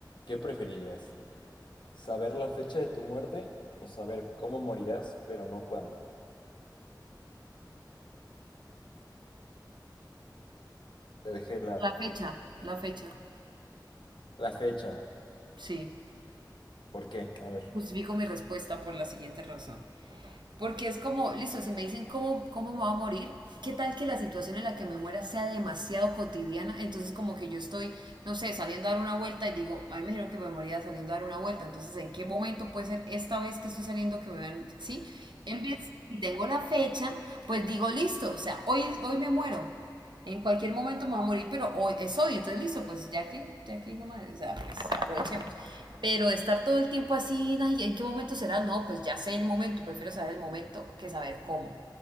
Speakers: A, on the left (about 80°); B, on the right (about 75°).
A: ¿qué preferirías? ¿Saber la fecha de tu muerte o saber cómo morirás, pero no cuándo? Te dejé helada.
B: La fecha, la fecha.
A: La fecha.
B: Sí.
A: ¿Por qué? A ver.
B: Justifico mi respuesta por la siguiente razón. Porque es como, listo, si me dicen cómo, cómo me voy a morir, ¿qué tal que la situación en la que me muera sea demasiado cotidiana? Entonces como que yo estoy, no sé, saliendo a dar una vuelta y digo, ay, me dijeron que me moría saliendo a dar una vuelta. Entonces, ¿en qué momento puede ser esta vez que estoy saliendo que me vean? Sí, en vez, si tengo la fecha, pues digo, listo, o sea, hoy, hoy me muero en cualquier momento me va a morir, pero hoy es hoy, entonces listo, pues ya que, ya que, hijo de o sea, pues aprovechemos. Pero estar todo el tiempo así, "Ay, ¿en qué momento será? No, pues ya sé el momento, prefiero saber el momento que saber cómo.